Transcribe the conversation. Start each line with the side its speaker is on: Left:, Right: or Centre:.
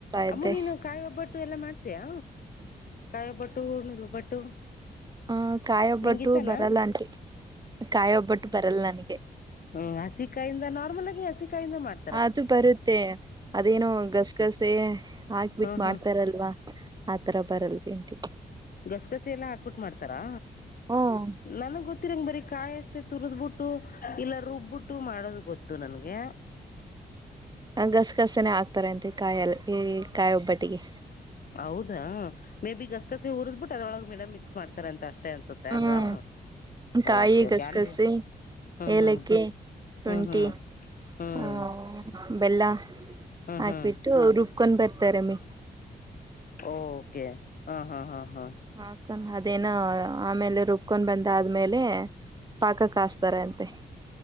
Right: ಇದ್ದೆ
Left: ಅಮ್ಮ ನೀನು ಕಾಯಿ ಒಬ್ಬಟ್ಟು ಎಲ್ಲ ಮಾಡ್ತೀಯಾ ಕಾಯಿ ಒಬ್ಬಟ್ಟು ಹುಣದ ಒಬ್ಬಟ್ಟು
Right: ಆಹ ಕಾಯೊಬ್ಬಟ್ಟು
Left: ನಿಂಗ ಇಷ್ಟನಾ
Right: ಬರಲ್ಲ ಆಂಟಿ ಕಾಯ ಒಬ್ಬಟ್ಟು ಬರಲ್ಲ ನನಗೆ
Left: ಹ್ಮ್ ಹಸಿಕಾಯಿಂದ ನಾರ್ಮಲ್ ಆಗಿ ಹಸಿಕಾಯಿಂದ ಮಾಡ
Right: ಅದು ಬರುತ್ತೆ ಅದೇನೋ ಗಸಗಸೆ ಹಾಕ್ಬಿಟ್ಟ
Left: ಹ್ಮ್
Right: ಮಾಡ್ತಾರಲ್ವಾ
Left: ಹ್ಮ್
Right: ಆತರ ಬರಲ್ ಭೇಟಿ
Left: ಗಸಗಸಿ ಎಲ್ಲಾ ಹಾಕ್ಬಿಟ್ ಮಾಡ್ತಾರಾ
Right: ಹ್ಮ್
Left: ನನ್ಗ್ ಗೊತ್ತಿರಂಗ ಬರೀ ಕಾಯಿ ಅಷ್ಟೇ ತುರ್ದ್ಬಿಟ್ಟು ಇಲ್ಲ ರುಬ್ಬಿಟ್ಟು ಮಾಡೋದು ಗೊತ್ತು ನನ್ಗೆ
Right: ಗಸಗಸನೇ ಆಗ್ತಾರೆ ಅಂತೆ ಕಾಯಲ್ಲಿ ಕಾಯಿ ಒಬ್ಬಟ್ಟಿಗೆ
Left: ಹೌದಾ ಮೇ ಬಿ ಗಸಗಸಿ ಉರ್ದ್ಬಿಟ್ಟುದೊಳಗೆ ಮೇಡಮ್ ಮಿಕ್ಸ್ ಮಾಡ್ತಾರ ಅಂತ ಅಷ್ಟೇ ಅನ್ಸುತ್ತೆ
Right: ಹ್ಮ್
Left: ಅಲ್ವಾ
Right: ಕಾಯಿ
Left: ಓಕೆ
Right: ಗಸಗಸಿ
Left: ಓಕೆ ಅಲ್ಲಿ ಹ್ಞೂ
Right: ಏಲಕ್ಕಿ
Left: ಹ್ಞೂ
Right: ಶುಂಠಿ
Left: ಹ್ಞೂ ಹ್ಞೂ ಹ್ಞೂ
Right: ಹ ಬೆಲ್ಲ
Left: ಹ್ಞೂ
Right: ಹಾಕ್ಬಿಟ್ಟು
Left: ಹ್ಞೂ
Right: ರುಬ್ಕೊಂಡ್ ಬರ್ತಾರಮ್ಮಿ
Left: ಓಕೆ ಹ ಹಾ ಹಾ ಹಾ
Right: ಹಾಕೊಂಡ್ ಅದೇನ ಆಮೇಲೆ ರುಬ್ಕೊಂಡ್ ಬಂದ ಆದ್ಮೇಲೆ ಪಾಕ ಕಾಸ್ತಾರ ಅಂತೆ